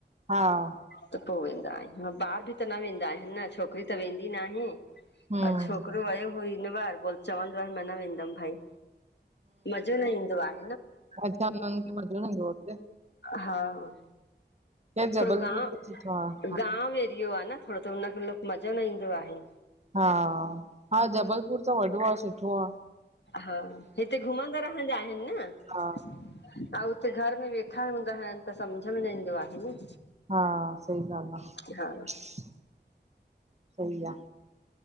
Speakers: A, on the right; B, on the left.
A: हां
B: त पोइ वेंदा आहियूं ॿार बि त न वेंदा आहिनि न छोकिरी त वेंदी नाहें।
A: हम्म
B: अ छोकिरो वयो हुओ न हिन बार चवंदो आहे मा न वेंदम भाई। मज़ो न ईंदो आहें।
A: <unintelligible> मजो न ईदें आ हुते।
B: हां
A: या जबलपुर
B: थोरो गांव,
A: त सुठो आ हा
B: गांव एरियो आहें न थोरो त हुनखे मज़ो न ईंदो आहें।
A: हां हा जबलपुर त वॾो आहें सुठो आहें।
B: हां हिते घुमंदा रहंदा आहिनि न।
A: हा
B: हां उते घर में वेठा हूंदा आहिनि त समझ में न ईंदो आहें न।
A: हां सही गाल आहें,
B: हा
A: सही आ।